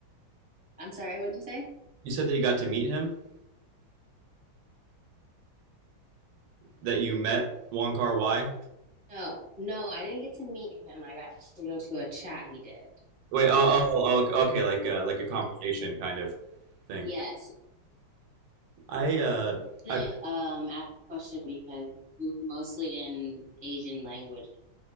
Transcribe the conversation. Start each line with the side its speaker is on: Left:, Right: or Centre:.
Centre: I'm sorry, what'd you say?
Right: You said that you got to meet him. That you met Wong Kar Wai.
Centre: No, no, I didn't get to meet him. I got to go to a chat he did.
Right: Wait. Oh,
Centre: Um,
Right: oh, oh, okay. okay, Like uh, like a conversation kind of thing.
Centre: yes,
Right: I uh,
Centre: I didn't,
Right: I
Centre: um, ask a question because it was mostly in Asian languages,